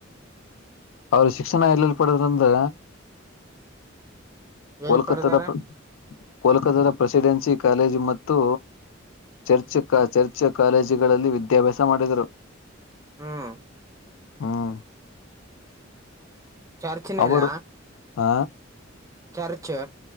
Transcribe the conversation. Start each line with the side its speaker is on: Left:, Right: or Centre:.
Left: ಅವ್ರು ಶಿಕ್ಷಣ ಎಲ್ಲಲ್ಲಿ ಪಡೆದಂದ್ರೆ,
Right: ಎಲ್ಲಿ
Left: ಕೊಲ್ಕತ್ತದ
Right: ಪರದಾರ
Left: ಪ್ ಕೋಲ್ಕತಾದ ಪ್ರೆಸಿಡೆನ್ಸಿ ಕಾಲೇಜು ಮತ್ತು ಚರ್ಚ್ ಕ ಚರ್ಚ್ ಕಾಲೇಜುಗಳಲ್ಲಿ ವಿದ್ಯಾಭ್ಯಾಸ ಮಾಡಿದರು.
Right: ಹ್ಮ
Left: ಹ್ಮ್
Right: ಹ್ಮ್ ಚೊರ್ಚಿನೊಲ್ಲ.
Left: ಅವರು ಹ
Right: ಚರ್ಚು.